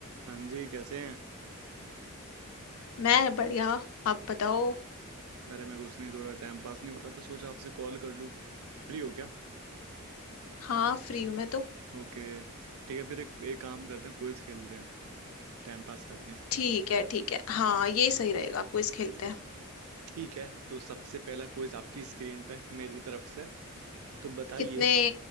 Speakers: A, on the right; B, on the left.
A: हाँ जी कैसे हैं
B: मैं बढ़िया आप बताओ
A: अरे मैं कुछ नहीं थोड़ा टाइम पास नहीं हो रहा था सोचा आपसे कॉल कर लूँ फ्री हो क्या
B: हाँ फ्री हूँ मैं तो
A: ओके ठीक है फिर एक, एक काम करते हैं क्विज खेलते हैं टाइम पास करते हैं
B: ठीक है ठीक है हाँ ये सही रहेगा क्विज खेलते हैं
A: ठीक है तो सबसे पहला क्विज आपकी स्क्रीन पे मेरी तरफ से तो बताइए
B: कितने